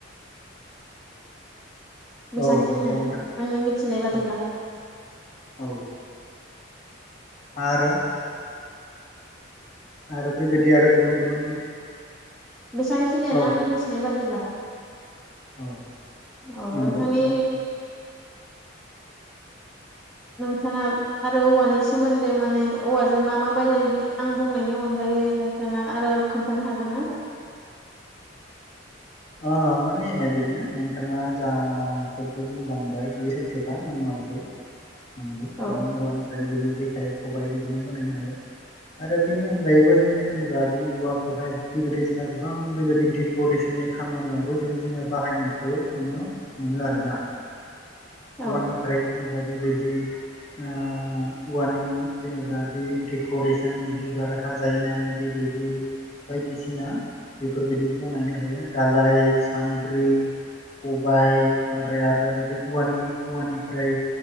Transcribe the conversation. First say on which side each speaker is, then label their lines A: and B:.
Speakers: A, in the centre; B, on the left.
A: बेसांखिनियानो
B: औ नंगौ नोंथां
A: आंनि मिथिनाय बादिब्ला।
B: औ औ आरो आरो बेबायदि आरो गुबुन गुबुन
A: बेसांखिनियानो
B: औ
A: आंनि मिथिनाय बादिब्ला।
B: औ
A: औ
B: नंगौ
A: नोंथांनि
B: नों
A: नोंथाङा आरो औवानि सोमोन्दै माने औवाजों मा मा बायो आं बुंनायनि अनगायै यै नोंथाङा आरो खोन्थानो हागोन ना?
B: <inaudible> अ माने बिदिनो नोंथाङा जाफोरखौ बुंलांबाय बे सैथोखा नांमारगौ नंगौ
A: औ
B: जों औवानिफ्रायनो बिदिनो जेखाइ खबाइ बिदिनो बानायनो हायो। आरो बेनि अनगायैबो जोङो जेनेबा बे औवाखौहाय बेबायदि जोंना गोबां बेबायदि देकरेसननि खामानियावबो जों बिदिनो बाहायनायखौ नुनो मोनो आरोना।
A: औ
B: औवानि फ्राय जा बेबायदि ओ औवानि जेनेबा बे देकरेसन बिबार हाजायनाय बेबायदि बायदिसिना बेफोरबायदि बनायनो हायो दालाय सान्द्रि खबाइ ओमफ्राय आरो ओमफ्राय औवानि औवानिफ्राय